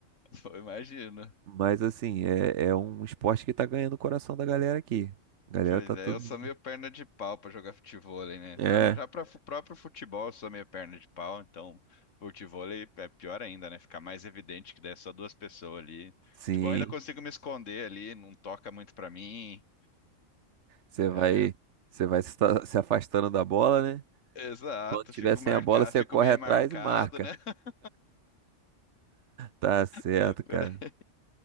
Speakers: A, on the left; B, on the right.
A: Pô, imagina.
B: Mas assim, é, é um esporte que tá ganhando o coração da galera aqui. A galera
A: Pois
B: tá
A: é,
B: todo.
A: eu sou meio perna de pau pra jogar futevôlei, né?
B: É,
A: Já, já para próprio futebol eu sou meio perna de pau, então futevôlei é pior ainda, né? Fica mais evidente que daí é só duas pessoas ali.
B: sim.
A: Futebol eu ainda consigo me esconder ali, não toca muito pra mim.
B: Você vai,
A: É,
B: você vai se se afastando da bola, né?
A: exato,
B: Quando tiver
A: fico
B: sem
A: marcado,
B: a bola, você
A: fico
B: corre
A: bem
B: atrás
A: marcado,
B: e marca.
A: né? <laughs>
B: Tá certo,
A: É, por
B: cara.
A: aí.